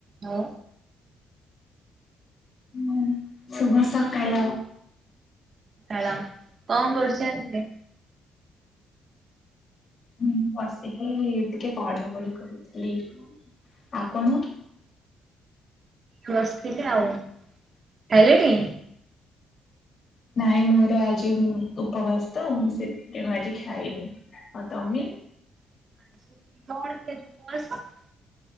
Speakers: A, on the right; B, on the left.
A: ହଁ
B: ଉଁ ଶୁଭ ସକାଳ।
A: କଣ କରୁଛନ୍ତି?
B: ମୁଁ ବସିକି ଟିକେ ପଢା ପଢି କରୁଥିଲି। ଆପଣ?
A: ବସିଥିଲି ଆଉ ଖାଇଲେଣି?
B: ନାଇଁ ମୋର ଆଜି ଉପବାସ ତ ମୁ ସେଥିପାଇଁ ଆଜି ଖାଇନି। ଆଉ ତମେ?
A: କଣ କି ଆଜି ଉପବାସ?